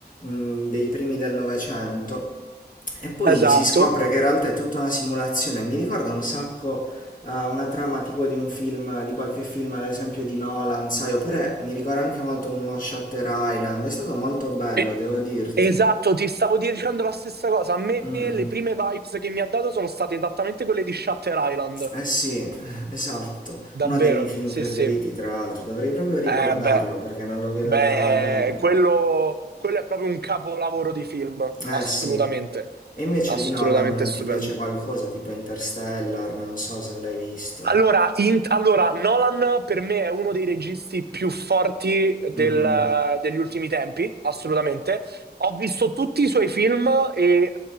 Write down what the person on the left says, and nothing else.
mh, dei primi del Novecento, e poi
si scopre che in realtà è tutta una simulazione. Mi ricorda un sacco eh, una trama tipo di un film, di qualche film, ad esempio di Nolan, sai, oppure mi ricorda anche molto uno Shutter Island. È stato molto bello,
devo dirti.
Mm,
mm.
Eh sì, <laughs> esatto.
Uno dei miei film
preferiti,
tra l'altro. Dovrei proprio riguardarlo
perché non lo vedo
da, da anni.
Eh
sì. E invece
di Nolan
ti piace qualcosa tipo Interstellar? Non so se l'hai visto.
Mm, mm.